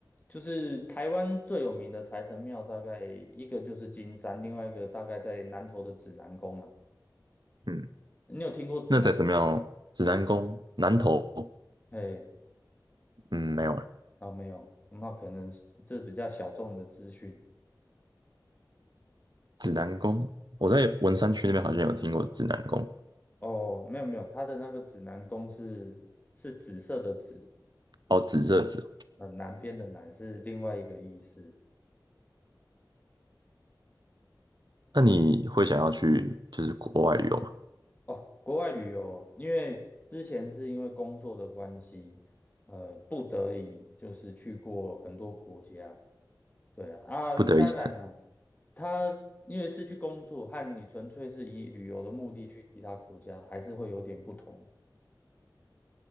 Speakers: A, on the left; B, on the right.
A: 就是台湾最有名的财神庙，大概一个就是金山，另外一个大概在南投的指南宫啊。
B: 嗯，
A: 你有听过指南？
B: 那财神庙、指南宫、南头，
A: 哎，
B: 嗯，没有
A: 哦，没有，那可能是这比较小众的资讯。
B: 指南宫，我在文山区那边好像有听过指南宫，
A: 哦，没有没有，它的那个指南宫是是紫色的紫，
B: 哦，指这指哦
A: 呃，南边的南是另外一个意思。
B: 那你会想要去就是国外旅游吗？
A: 哦，国外旅游，因为之前是因为工作的关系，呃，不得已就是去过很多国家。对啊，
B: <laughs>
A: 啊，
B: 不得已，
A: 当然了，他因为是去工作，和你纯粹是以旅游的目的去其他国家，还是会有点不同。